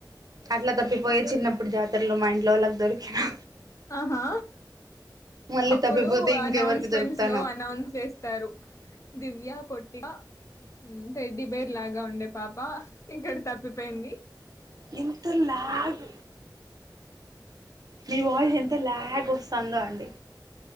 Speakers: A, on the right; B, on the left.
A: అట్లా తప్పిపోయే చిన్నప్పుడు జాతర్లో మా ఇంట్లో వాల్లకి దొరికాను
B: ఆహా
A: మళ్ళీ
B: అప్పుడూ
A: తప్పిపోతే ఇంకెవరికి
B: అనౌన్స్మెంట్స్
A: దొరుకుతానో
B: లో అనౌన్స్ చేస్తారు దివ్య పొట్టిగా ఉమ్ టెడ్డి బేర్ లాగా ఉండే పాభ ఇక్కడ తప్పిపోయింది
A: ఇంత ల్యాగ్ మీ వాయిస్ ఎంత ల్యాగ్ వస్తందో అండి